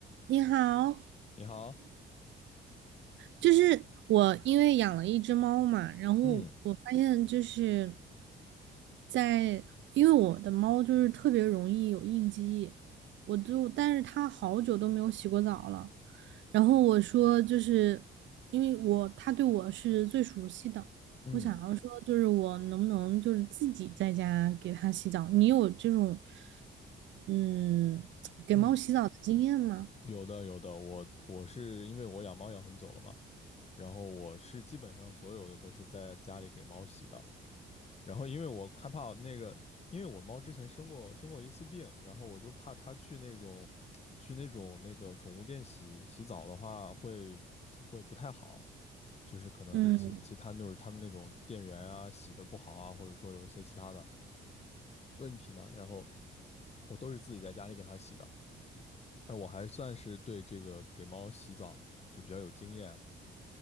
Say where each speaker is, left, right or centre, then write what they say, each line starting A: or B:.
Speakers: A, on the right (about 70°); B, on the left (about 30°).
A: 你好，
B: 你好，
A: 就是我因为养了一只猫嘛，然后我发现就是
B: 嗯
A: 在，因为我的猫就是特别容易有应激，我就，但是它好久都没有洗过澡了，然后我说就是因为我，它对我是最熟悉的，
B: 嗯
A: 我想要说就是我能不能就是自己在家给它洗澡？你有这种嗯给猫洗澡的经验吗？
B: 嗯，有的有的，我我是因为我养猫养很久了嘛，然后我是基本上所有的都是在家里给猫洗的，然后因为我害怕那个，因为我猫之前生过生过一次病，然后我就怕它去那种去那种那个宠物店洗洗澡的话会会不太好，就是可能其其他就是他们那种店员啊洗的不好啊，
A: 嗯，
B: 或者说有一些其他的问题嘛，然后我都是自己在家里给它洗的。那我还算是对这个给猫洗澡这比较有经验，